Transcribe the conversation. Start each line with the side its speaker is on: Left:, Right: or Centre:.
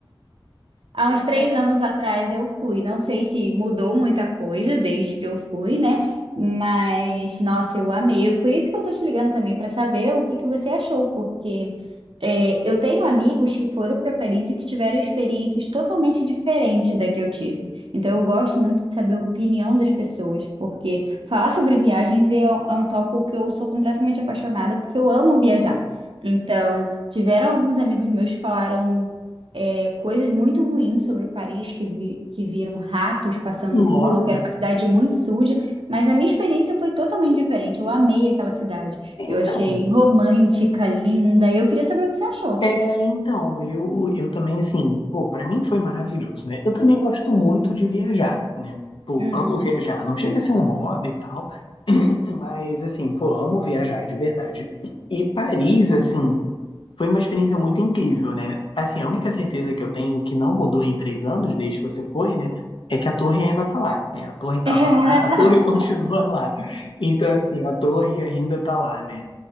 Right: Há
Left: Caralho,
Right: uns três anos atrás eu fui. Não sei se mudou muita coisa desde que eu fui, né? Mas, nossa, eu amei. Por isso que eu tô te ligando também para saber o que que você achou, porque é, eu tenho amigos que foram para Paris e que tiveram experiências totalmente diferentes da que eu tive. Então, eu gosto muito de saber a opinião das pessoas, porque falar sobre viagens é é um tópico que eu sou completamente apaixonada, porque eu amo viajar. Então, tiveram alguns amigos meus que falaram é, coisas muito ruins sobre Paris, que, vi- que viram ratos passando
Left: nossa.
Right: na rua, que era uma cidade muito suja, mas a minha experiência foi totalmente diferente. Eu amei aquela cidade.
Left: Então,
Right: Eu achei romântica, linda. e Eu queria saber o que você achou.
Left: É, então, eu, eu também, assim, pô, pra mim foi maravilhoso, né? Eu também gosto muito de viajar, né? Pô,
Right: Uhum.
Left: amo viajar. Não chega a ser um hobby e tal, mas, assim, pô, amo viajar, de verdade. E Paris, assim, foi uma experiência muito incrível, né? Assim, a única certeza que eu tenho que não mudou em três anos, desde que você foi, né? É que a torre ainda tá lá, né? A torre tava
Right: <laughs>
Left: lá, a torre <laughs> continua lá. Então, assim, a torre ainda tá lá, né?